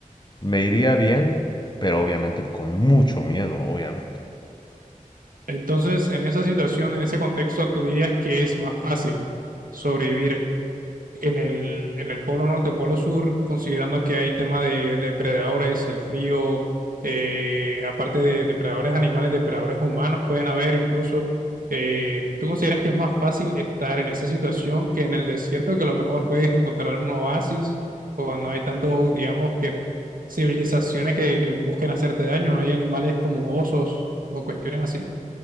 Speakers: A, on the left; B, on the right.
A: me iría bien, pero obviamente con mucho miedo, obviamente.
B: Entonces, en esa situación, en ese contexto, tú dirías que es más fácil sobrevivir en el, en el polo norte, polo sur, considerando que hay tema de depredadores, el frío, eh, aparte de depredadores animales, depredadores humanos pueden haber incluso. eh, ¿tú consideras que es más fácil estar en esa situación que en el desierto, que a lo mejor puedes encontrar un oasis o no hay tantos, digamos, que civilizaciones que, que busquen hacerte daño, no hay animales como osos o cuestiones así?